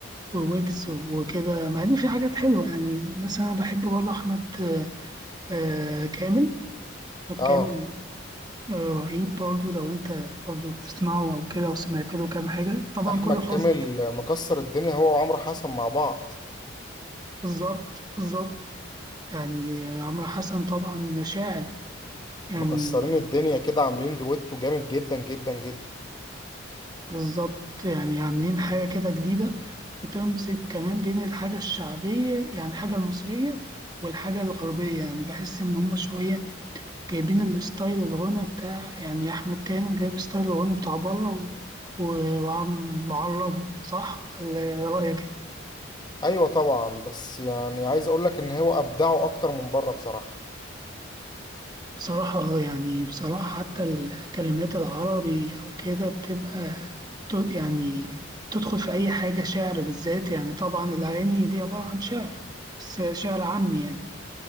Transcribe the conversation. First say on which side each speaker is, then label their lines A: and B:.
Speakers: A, on the right; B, on the left.
A: وويجز وكده مع ان في حاجات حلوه يعني مثلا انا بحب برضه احمد آه، كامل احمد
B: اه
A: كامل آه، رهيب برضو لو انت برضو بتسمعه او كده وسمعت له كام حاجه طبعا
B: احمد
A: كله حزن
B: كامل مكسر الدنيا هو وعمرو حسن مع بعض
A: بالظبط بالظبط يعني عمرو حسن طبعا شاعر يعني
B: مكسرين الدنيا كده عاملين دويتو جامد جدا جدا جدا
A: بالظبط يعني عاملين حاجه كده جديده بتمسك كمان بين الحاجه الشعبيه يعني الحاجه المصريه والحاجه الغربيه يعني بحس ان هم شويه جايبين الستايل الغنى بتاع يعني احمد كامل جايب ستايل الغنى بتاع بره و... و- وعم معربه صح ولا رايك ايه
B: ايوه طبعا بس يعني عايز اقول لك ان هو ابدعه اكتر من بره بصراحة
A: بصراحة اه يعني بصراحة حتى الكلمات العربي أو كده بتبقى ت- يعني تدخل في أي حاجة شعر بالذات يعني طبعا الأغاني دي عبارة عن شعر بس شعر عامي يعني